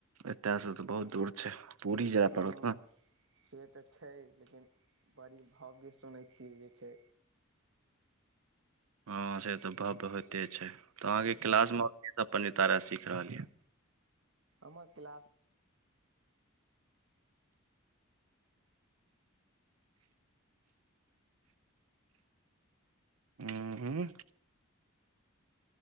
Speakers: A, on the right; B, on the right.
A: एतयसँ तऽ बहुत दूर छै। पूरी जाय
B: हँ
A: पड़त ने
B: से तऽ छै लेकिन बड़ी भव्य सुनै छियै जे छै।
A: हँ से तऽ भव्य होइते छै तऽ आहाँके
B: हँ
A: क्लास मे की सब पड तारा सीख रहल यऽ?
B: हमर क्लास
A: हूँ, हूँ।